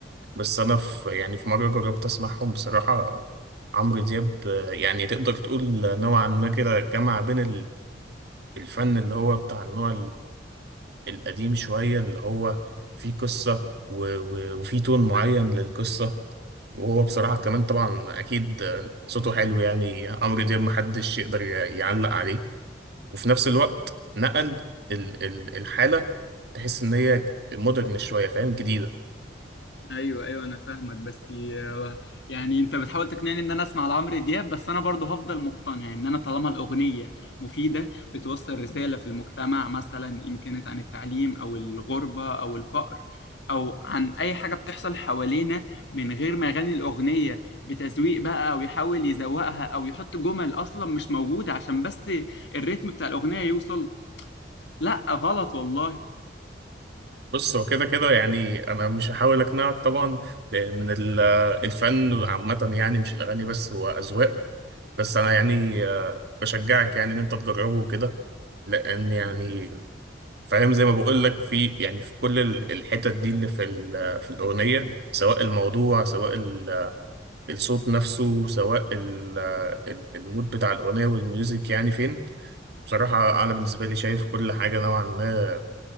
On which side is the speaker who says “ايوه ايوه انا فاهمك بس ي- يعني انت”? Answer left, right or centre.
Left